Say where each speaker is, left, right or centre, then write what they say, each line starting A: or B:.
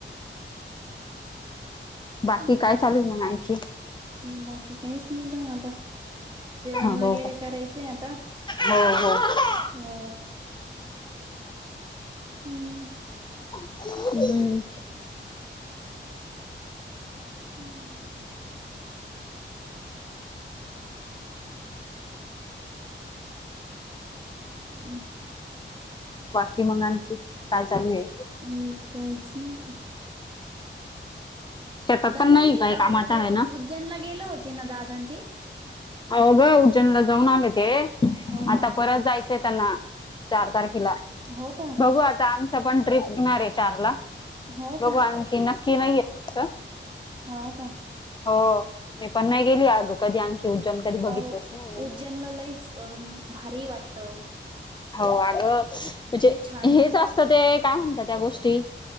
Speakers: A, on the left (about 25°); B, on the right (about 25°).
A: बाकी
B: हम्म
A: काय चालू आहे मग आणखी
B: बाकी काहीच नई बा आता. जेवण
A: हा
B: वगैरे
A: हो का
B: करायचंय आता,
A: हो हो
B: हो. हम्म.
A: <unintelligible> हम्म.
B: <inaudible> <unintelligible>
A: बाकी मंग आणखी काय चालू ये?
B: हम्म काहीच नई.
A: शेतात
B: दादान
A: पण नाही
B: ते
A: काय
B: ताऊ
A: काम आता
B: ते
A: आहे ना?
B: उज्जनला गेले होते ना दादा न ते?
A: हाव ग उज्जनला जाऊन आलेत. ते
B: हो
A: आता
B: का
A: परत जायचंय त्यांना चार तारखेला
B: हो का
A: बघू आता आम चं पण ट्रिप होणार हाय चारला,
B: हो का
A: बघू आणखी नक्की नाहीये तिथं.
B: हां का.
A: हो मी पण नई गेली अगं कधी आणखी उज्जैन कधी बघितलंच
B: अ
A: नाही.
B: उज्जनला लईच अ भारीये वाटतं.
A: हाव अगं म्हणजे
B: लई छान
A: हेच
B: आहे
A: असतं ते काय म्हणता त्या गोष्टी